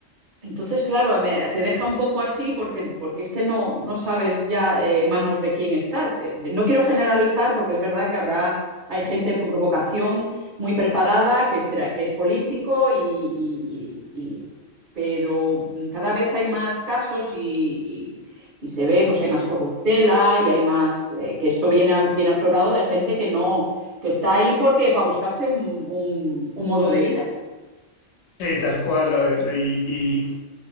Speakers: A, on the right; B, on the left.
A: Entonces, claro, me- te deja un poco así porque, porque es que no, no sabes ya eh, en manos de quién estás. Eh, no quiero generalizar porque es verdad que habrá, hay gente por vocación muy preparada que será, que es político y, y- y- y- pero mm, cada vez hay más casos y, y- y se ve, pues hay más corruptela y hay más, eh, que esto viene, a- viene aflorado de gente que no, que está ahí porque para buscarse un, un un modo de vida.
B: Sí, tal cual. Y,